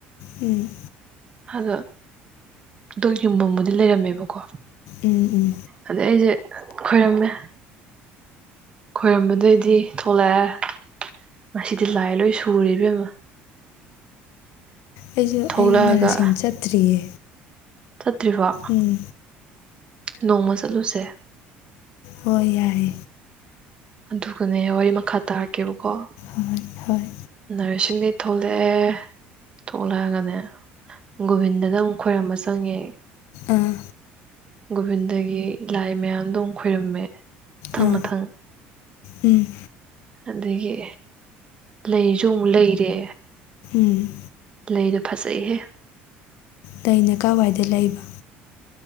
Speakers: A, on the left (about 70°); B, on the right (about 25°).
A: ꯎꯝ
B: ꯑꯗꯣ ꯙꯨꯛ ꯌꯨꯡꯐꯝ ꯕꯨꯗꯤ ꯂꯩꯔꯝꯃꯦꯕꯀꯣ
A: ꯎꯝ ꯎꯝ
B: ꯑꯗꯩ ꯑꯩꯁꯦ ꯈꯣꯏꯔꯝꯃꯦ ꯈꯣꯏꯔꯝꯕꯗꯩꯗꯤ ꯊꯣꯛꯂꯛꯑꯦ ꯉꯁꯤꯗꯤ ꯂꯥꯏ ꯂꯣꯏ ꯁꯨꯔꯦ ꯏꯕꯦꯝ ꯃꯥ
A: ꯑꯩꯁꯨ
B: ꯊꯣꯛꯂꯛꯑꯒ
A: ꯑꯩꯁꯨ ꯅꯔꯁꯤꯡ ꯆꯠꯇ꯭ꯔꯤꯌꯦ
B: ꯆꯠꯇ꯭ꯔꯤꯕ
A: ꯎꯝ
B: ꯅꯣꯡꯃ ꯆꯠꯂꯨꯁꯦ
A: ꯑꯣꯏ ꯌꯥꯏ
B: ꯑꯗꯨꯒꯅꯦ ꯋꯥꯔꯤ ꯃꯈꯥ ꯇꯥꯔꯛꯀꯦꯕꯀꯣ
A: ꯍꯣꯏ ꯍꯣꯏ
B: ꯅꯔꯁꯤꯡꯗꯩꯩ ꯊꯣꯛꯂꯛꯑꯦ ꯊꯣꯛꯂꯛꯑꯒꯅꯦ ꯒꯣꯕꯤꯟꯗꯗꯥ ꯑꯃꯨꯛ ꯈꯣꯏꯔꯝꯕ ꯆꯪꯉꯦ
A: ꯑꯥ
B: ꯒꯣꯕꯤꯟꯗꯒꯤ ꯂꯥꯏ ꯃꯌꯥꯝꯗꯣ ꯑꯃꯨꯛ ꯈꯣꯏꯔꯝꯃꯦ ꯃꯊꯪ
A: ꯑꯥ
B: ꯃꯊꯪ
A: ꯎꯝ
B: ꯑꯗꯒꯤ ꯂꯩꯁꯨ ꯑꯃꯨꯛ ꯂꯩꯔꯦ
A: ꯎꯝ
B: ꯂꯩꯗꯣ ꯐꯖꯩꯍꯦ
A: ꯂꯩꯩꯅ ꯀꯥꯢꯋꯥꯏꯗꯩ ꯂꯩꯕ